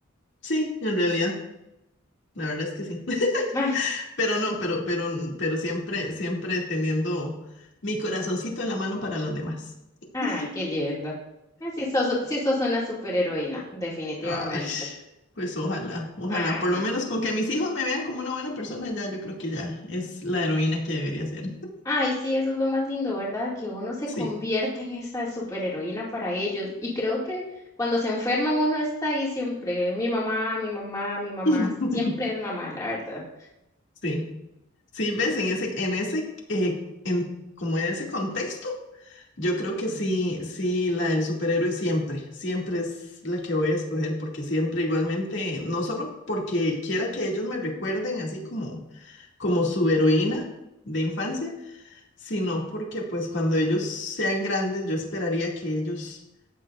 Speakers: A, on the left; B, on the left.
A: Sí, en realidad, la verdad es que sí. <laughs>
B: <laughs> Ay,
A: Pero no, pero, pero, pero siempre, siempre teniendo mi corazoncito en la mano para los demás.
B: ay,
A: <laughs>
B: qué lindo. Ah, Sí sos, sí sos una superheroína, definitivamente.
A: Ay, pues ojalá, ojalá,
B: Ah,
A: por lo menos con que mis hijos me vean como una buena persona, ya yo creo que ya es la heroína que debería ser.
B: ay, sí, eso es lo más lindo, ¿verdad? Que uno se
A: Sí,
B: convierte en esa superheroína para ellos. Y creo que cuando se enferman uno está ahí siempre, mi mamá, mi mamá, mi mamá,
A: <laughs>
B: siempre es mamá, la verdad.
A: sí, sí, ves, en ese, en ese, eh, en, como en ese contexto, yo creo que sí, sí, la del superhéroe siempre, siempre es la que voy a escoger, porque siempre igualmente, no solo porque quiera que ellos me recuerden así como, como su heroína de infancia, sino porque pues cuando ellos sean grandes, yo esperaría que ellos